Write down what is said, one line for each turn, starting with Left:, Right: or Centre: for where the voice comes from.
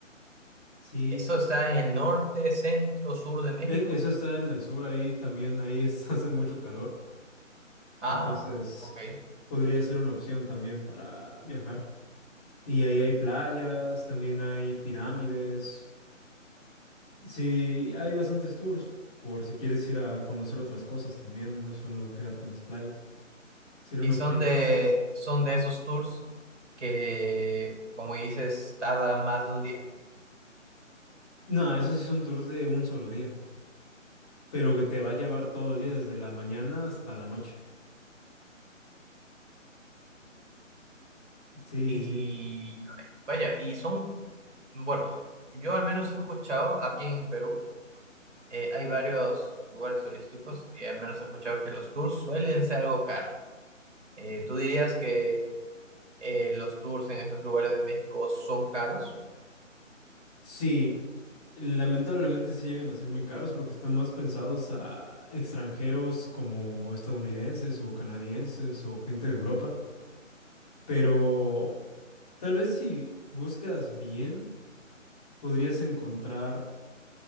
Left: sí,
Right: Eso está en el norte, centro, sur de México.
Left: e- eso está en el sur, ahí también, ahí es- <laughs> hace mucho calor,
Right: Ah,
Left: entonces
Right: ok.
Left: podría ser una opción también para viajar. Y ahí hay playas, también hay pirámides. Sí, hay bastantes tours por si quieres ir a conocer otras cosas también, no solo quedarte en las playas. Sí, era
Right: Y
Left: una
Right: son
Left: opción.
Right: de, son de esos tours que, como dices, tardan más de un día.
Left: No, esos sí son tours de un solo día, pero que te va a llevar todo el día desde la mañana hasta la noche. Sí,
Right: Y
Left: sí.
Right: vaya, y son, bueno, yo al menos he escuchado aquí en Perú, eh, hay varios lugares turísticos y al menos he escuchado que los tours suelen ser algo caros. Eh, ¿tú dirías que eh, los tours en esos lugares de México son caros?
Left: Sí, lamentablemente sí llegan a ser muy caros porque están más pensados a extranjeros como estadounidenses o canadienses o gente de Europa. Pero tal vez si buscas bien, podrías encontrar